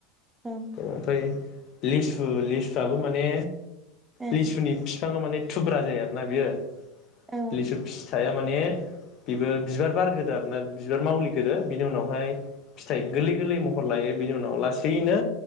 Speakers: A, on the right (about 15°); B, on the left (about 50°).
A: औ
B: ओमफ्राय लेसु -लेसुवाबो माने
A: औ
B: लेसुनि <unintelligible> बिफाङा माने थुब्रा जायो आरो ना बियो।
A: औ
B: लेसु <unintelligible> <unintelligible> माने बेबो बिबार बार ग्रोयो आरो ना बिबार मावलिगोदो बिनि उनाव <unintelligible> फिथाइ <unintelligible> गोलै महर लायो बिनि उनाव लासैनो